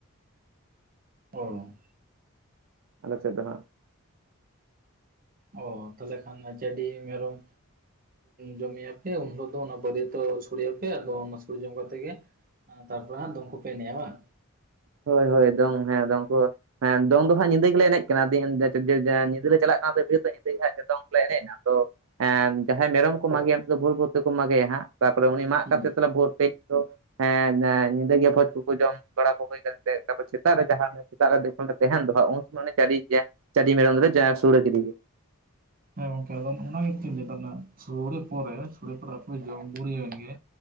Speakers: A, on the right; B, on the right.
A: ᱚᱻ
B: ᱟᱞᱮ ᱥᱮᱫ ᱫᱚ ᱦᱸᱟᱜ
A: ᱚ ᱛᱟᱦᱚᱞᱮ ᱠᱷᱟᱱ ᱪᱟᱹᱰᱤ ᱢᱮᱨᱚᱢ ᱡᱚᱢᱮ ᱼᱼ ᱯᱮ ᱩᱱ ᱦᱤᱞᱳᱜ ᱫᱚ ᱚᱱᱟ ᱵᱟᱹᱨᱭᱟᱹᱛᱚ ᱥᱚᱲᱮᱭᱟᱯᱮ ᱟᱫᱚ ᱚᱱᱟ ᱥᱳᱲᱮ ᱡᱚᱢ ᱠᱟᱛᱮ ᱜᱮ ᱛᱟᱨᱯᱚᱨᱮ ᱦᱟᱸᱜ ᱫᱚᱝ ᱠᱚᱯᱮ ᱮᱱᱮᱡᱼᱟ ᱵᱟᱝ
B: ᱦᱳᱭ ᱦᱳᱭ ᱫᱚᱝ ᱦᱮᱸ ᱫᱚᱝ ᱠᱚ ᱦᱮᱸ ᱫᱚᱝ ᱫᱚ ᱦᱟᱸᱜ ᱧᱤᱫᱟᱹ ᱜᱮᱞᱮ ᱮᱱᱮᱡ ᱠᱟᱱᱟ ᱫᱤ ᱧᱤᱫᱟᱹᱞᱮ ᱪᱟᱞᱟᱜ ᱠᱟᱱᱟ ᱵᱤᱨᱭᱟᱹᱛᱜ ᱧᱤᱫᱟᱹ ᱜᱮ ᱦᱟᱸᱜ ᱫᱚᱝ ᱠᱚᱞᱮ ᱮᱱᱮᱡᱼᱟ ᱛᱚ ᱮᱸ ᱡᱟᱦᱟᱸᱭ ᱢᱮᱨᱚᱢ ᱠᱚ ᱢᱟᱜᱮᱭᱟ ᱱᱤᱫᱚ ᱵᱷᱳᱨ ᱵᱷᱳᱨ ᱛᱮᱠᱚ ᱢᱟᱜᱮᱭᱟ ᱦᱟᱸᱜ ᱛᱟᱯᱚᱨᱮ ᱩᱱᱤ ᱢᱟᱜ
A: ᱦᱩᱸ
B: ᱠᱟᱛᱮ ᱵᱷᱳᱨ ᱛᱮ ᱦᱮ ᱦᱮᱧ ᱧᱤᱫᱟᱹᱭᱟ ᱵᱷᱚᱡᱽ ᱠᱚᱠᱚ ᱡᱚᱢ ᱵᱟᱲᱟ ᱠᱚ ᱦᱳᱭ <unintelligible> ᱮᱱᱛᱮ ᱛᱯᱟᱚᱨ ᱥᱮᱛᱟᱜ ᱨᱮ ᱡᱟᱦᱟᱸ ᱥᱮᱛᱟᱜ ᱨᱮ ᱡᱚᱠᱷᱚᱱ ᱞᱮ ᱛᱟᱦᱮᱱ ᱫᱚ ᱦᱟᱸᱜ ᱩᱱ ᱥᱚᱢᱚᱭ ᱩᱱᱤ ᱪᱟᱹᱤᱡ ᱡᱤᱭᱟ ᱪᱟᱹᱤ ᱢᱮᱨᱟ ᱫᱚᱞᱮ ᱡᱟ ᱥᱩᱲᱮ ᱠᱤᱫᱤ ᱜᱤ
A: ᱦᱮᱸ ᱜᱚᱝᱠᱮ ᱟᱫᱚ ᱚᱱᱟ ᱜᱮᱛᱚᱧ ᱞᱟ. ᱭ ᱫᱟ ᱱᱟ ᱥᱩᱲᱮ ᱯᱚᱨᱮ ᱥᱩᱲᱮ ᱯᱚᱨᱮ ᱟᱯᱮ ᱫᱚ ᱡᱚᱢ ᱜᱩᱲᱭᱟᱹᱜᱮ